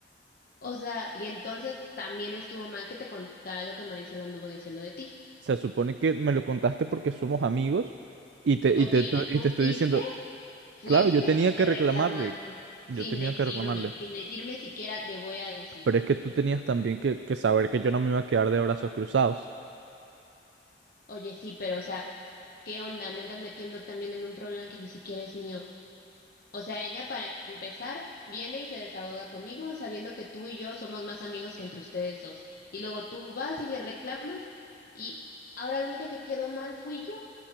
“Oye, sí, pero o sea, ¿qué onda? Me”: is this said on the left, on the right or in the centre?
Left